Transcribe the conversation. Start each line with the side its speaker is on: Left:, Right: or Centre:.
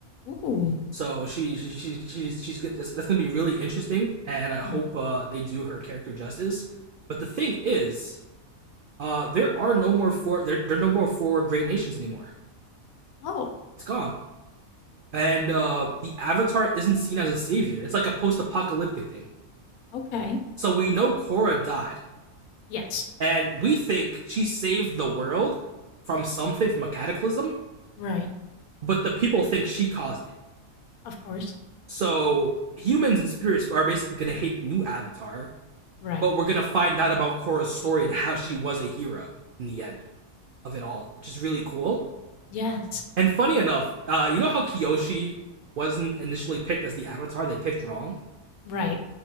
Left: Ooh.
Right: So she, she, she she's she's good. That's, that's gonna be really interesting, and I hope
Left: Right.
Right: uh, they do her character justice. But the thing is, uh, there are no more for there there are no more four great nations anymore.
Left: Oh,
Right: It's gone. and uh, the Avatar isn't seen as a savior. It's like a post-apocalyptic thing.
Left: okay.
Right: So we know Korra died,
Left: Yes.
Right: and we think she saved the world from something, from a cataclysm,
Left: Right.
Right: but the people think she caused it.
Left: Of course.
Right: So humans and spirits are basically gonna hate the new Avatar,
Left: Right.
Right: but we're gonna find out about Korra's story and how she was a hero in the end of it all, which is really cool.
Left: Yes.
Right: And funny enough, uh, you know how Kyoshi wasn't initially picked as the Avatar; they picked wrong.
Left: Right.